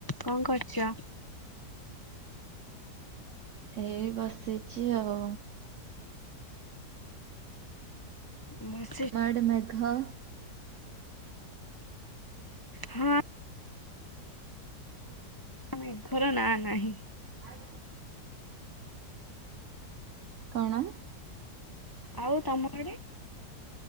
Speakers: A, on the left; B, on the right.
A: କଣ କରୁଚ?
B: ଏଇ ବସିଚି ଆଉ।
A: ବସ୍
B: ମ ଆଡେ ମେଘ
A: ହଁ
B: ଏଇ
A: ମେଘର ନାଁ ନାହିଁ।
B: ଆଉ କଣ?
A: ଆଉ ତମ ଆଡେ?